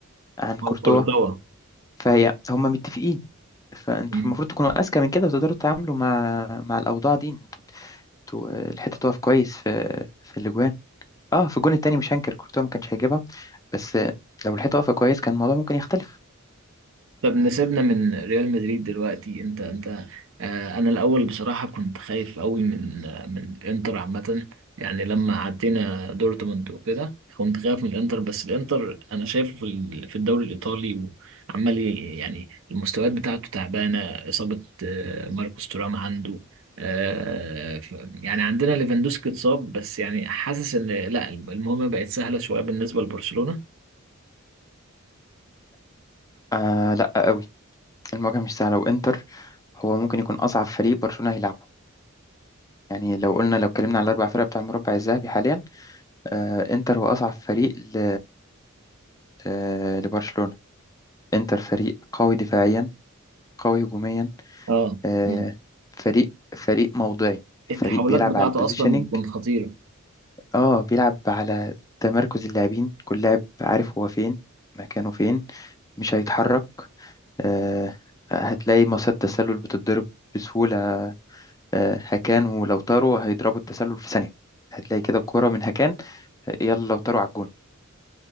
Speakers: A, on the left (about 15°); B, on the right (about 65°).
A: عن كورتوا
B: أو كورتوا
A: فهي هم متفقين فانتوا
B: مم.
A: المفروض تكونوا اذكى من كده وتقدروا تتعاملوا مع مع الاوضاع دي انتوا انتوا الحته تقف كويس في في الاجوان اه في الجون التاني مش هنكر كورتوا ما كانش هيجيبها بس لو الحته واقفه كويس كان الموضوع ممكن يختلف
B: طب نسيبنا من ريال مدريد دلوقتي انت انت آه انا الاول بصراحه كنت خايف قوي من آه من الانتر عامه يعني لما عدينا دورتموند وكده كنت خايف من الانتر بس الانتر انا شايفه في ال- في الدوري الايطالي وعمال ي- يعني المستويات بتاعته تعبانه اصابه آه ماركوس تورام عنده آه ف- يعني عندنا ليفاندوسكي اتصاب بس يعني حاسس ان لا المهمه بقت سهله شويه بالنسبه لبرشلونه
A: آه لا قوي المواجهة مش سهلة وإنتر هو ممكن يكون أصعب فريق برشلونة هيلعبه يعني لو قلنا لو اتكلمنا على الأربع فرق بتاع المربع الذهبي حاليا آه إنتر هو أصعب فريق ل... آه لبرشلونة إنتر فريق قوي دفاعيا قوي هجوميا
B: اه
A: آه
B: مم.
A: فريق فريق موضعي
B: التحولات
A: فريق بيلعب
B: بتاعته
A: على البوزيشننج
B: اصلا بتكون خطيره
A: اه بيلعب على تمركز اللاعبين كل لاعب عارف هو فين مكانه فين مش هيتحرك آه هتلاقي مصيدة تسلل بتتضرب بسهولة آه، هكان ولوتارو هيضربوا التسلل في ثانية هتلاقي كده الكرة من هكان آه، يلا لوتارو على الجون